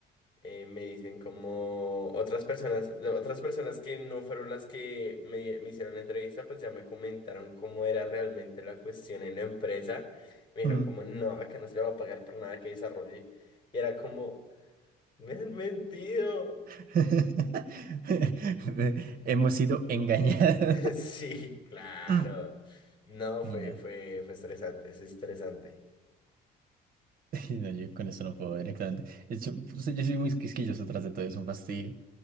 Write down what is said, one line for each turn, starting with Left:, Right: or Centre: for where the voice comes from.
Left: eh, me dicen como otras personas, de otras personas que no fueron las que me, me hicieron la entrevista, pues ya me comentaron cómo era realmente la cuestión en la empresa. Me dijeron
Right: Mm.
Left: como, no, acá no se le va a pagar por nada que desarrolle. Y era como, me han mentido. <laughs>
Right: <laughs> Hemos sido engañados.
Left: Sí, claro.
Right: <laughs> Mm.
Left: No,
Right: Y
Left: fue,
Right: nada.
Left: fue, fue estresante, es estresante.
Right: <laughs> Y no, yo con eso no puedo directamente. De hecho, pues, yo soy muy quisquilloso tras de todo, es un fastidio.